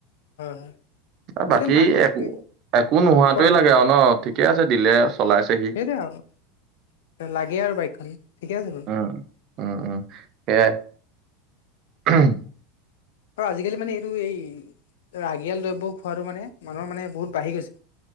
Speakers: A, on the left; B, on the right.
A: হয়
B: এ
A: সেইটো
B: বাকী
A: মাক বাপেকে
B: একো -একো নোহোৱাটোৱে
A: কোৱা
B: লাগে আৰু ন'। ঠিকে আছে দিলে চলাইছে। সি।
A: সেইটোৱে আৰু লাগে আৰু বাইকখন ঠিকে আছে বাৰু।
B: উম, উম -উম সেয়াই। <unintelligible>
A: আৰু আজিকালি মানে এইটো এই ৰাগিয়াল দ্ৰব্য খোৱাটো মানে মানুহৰ মানে বহুত বাঢ়ি গৈছে।